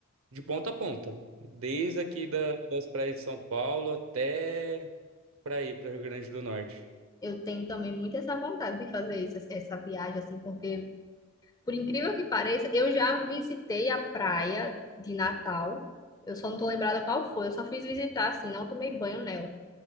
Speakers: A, on the right; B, on the left.
A: de ponta a ponta, desde aqui da- das praias de São Paulo até para ir para o Rio Grande do Norte.
B: Eu tenho também muito essa vontade de fazer isso, essa viagem, assim, porque, por incrível que pareça, eu já visitei a praia de Natal. Eu só não tô lembrada qual foi. Eu só fiz visitar, assim, não tomei banho nela.